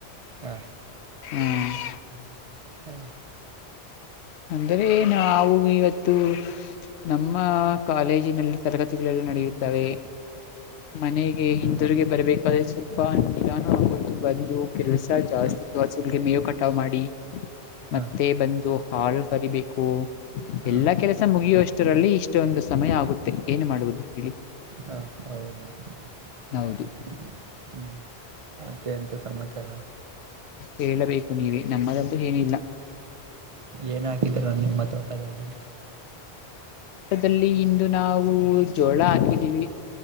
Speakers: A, on the right (about 50°); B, on the left (about 80°).
A: ಹಾ
B: ಹ್ಮ್ <inaudible>
A: ಹ್ಮ್
B: ಅಂದ್ರೆ ಏನ ಅವವು ಇವತ್ತು ನಮ್ಮ ಕಾಲೇಜಿನಲ್ಲಿ ತರಗತಿಗಳೆಲ್ಲ ನಡೆಯುತ್ತವೆ ಮನೆಗೆ ಹಿಂದೂ್ರರಿಗೆ ಬರ್ಬೇಕಾದ್ರೆ ಸ್ವಲ್ಪ ನಿಧಾನುೋಯ್ತು ಬಂದು ಕೆಸ ಜಾಸ್ತಿ
A: ಹಾ
B: ಇತ್ತು ಹಸುಲ್ಗೆ ಮೇವು ಕಟಾವ್ ಮಾಡಿ
A: ಹಾ
B: ಮತ್ತೆ ಬಂದು ಹಾ ಕರಿಬೇಕು
A: ಹಾ
B: ಎಲ್ಲಾ ಕೆಲಸ ಮುಗಿಯುವಷ್ಟರಲ್ಲಿ ಇಷ್ಟೊಂದು ಸಮಯ ಆಗುತ್ತೆ ಏನು ಮಾಡುವುದು ಹೇಳಿ
A: ಹಾ ಹೌದಾ ಹ್ಮ್
B: ಹೌದು
A: <unintelligible> ಮ ಎಂತ ಸಮಾಚಾರ
B: ಹೇಳಬೇಕು ನೀವ ನಮ್ಮದಂತೂ ಏನಿಲ್ಲ
A: ಏನ್ ಹಾಕಿದೀರ ನಿಮ್ಮ ತೋಟದಲ್ಲಿ
B: ಲ್ಲಿ ಇಂದು ನಾವು ಜೋಳ ಹಾಕಿದೀವಿ